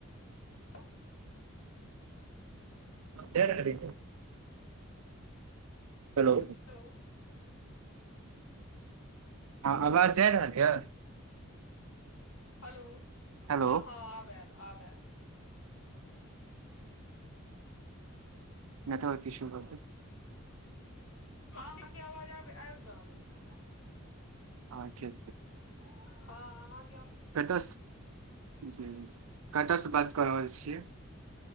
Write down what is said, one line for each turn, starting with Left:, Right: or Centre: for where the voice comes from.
Left: हे
Right: कर री हेलो।
Left: ओ।
Right: हँ, आवाज जा रहल यै।
Left: हेलो, हँ,
Right: हेलो
Left: हँ, आब आएल आब आएल
Right: नहि तऽ हो कि बतै
Left: हँ अहाँकेँ आवाज आब आबि रहल अछि।
Right: ह छै
Left: ह अहाँ
Right: कतयसँ जी कतऽसँ बात कऽ रहल छियै